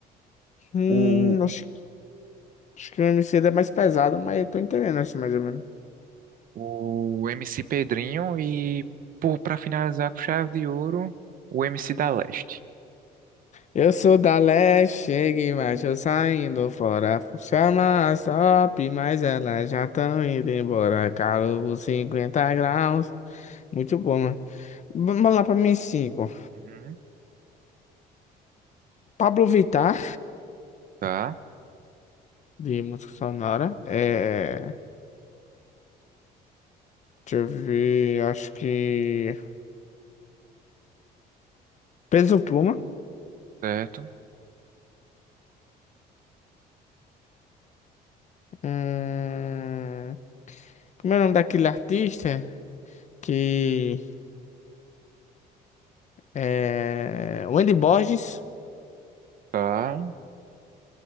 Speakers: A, on the left; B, on the right.
A: Hum,
B: O,
A: acho, acho que o MC é mais pesado, mas eu tô entendendo assim mais ou menos.
B: o MC Pedrinho e, por, pra finalizar com chave de ouro, o MC da Leste.
A: Eu sou da leste, cheguei, mas eu saindo fora. Chama as top, mas elas já estão indo embora. Calor 50 graus. Muito bom, mano. Vamos lá pra minha 5.
B: Uhum.
A: Pablo Vittar,
B: Tá,
A: de música sonora. é Deixa eu ver, acho que. Peso Pluma.
B: certo.
A: Hum... Como é o nome daquele artista? Que. É... Wendy Borges.
B: Tá.